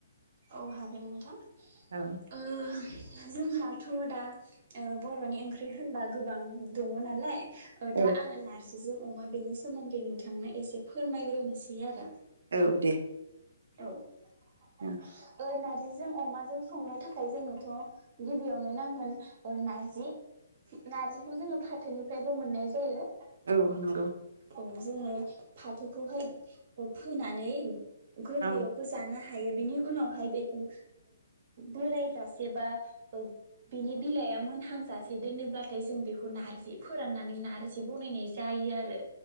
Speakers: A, on the right; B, on the right.
A: औ हागोन नोंथां ।
B: औ
A: ओ जोंहाथ दा ओ बर'नि ओंख्रि होनबा गोबां दङ नालाय ओ
B: औ
A: दा आङो नारजि जों अमा बेनि सोमोन्दै नोंथांनो एसे फोरमायग्रोनोसै आरो।
B: औ दे।
A: औ। <unintelligible>
B: औ
A: जिजों अमाजों संनो थाखाय जोंनोथ गिबियावनो नांगोन नारजि नारजिखौ जोङो फा फाथोनिफ्रायबो मोननाय जायो।
B: औ नंगौ।
A: औ जोङो फाथोखौहाय फोनानै गोरलैयावबो
B: औ
A: जाना हायो बिनि उनावहाय बेखौ बोरायजासे बा बिनि बिलाइआ मोनहांजासे दोनोब्लाथाय जों बेखौ नार्जि फोराननानै नार्जि बनायनाय जायो आरो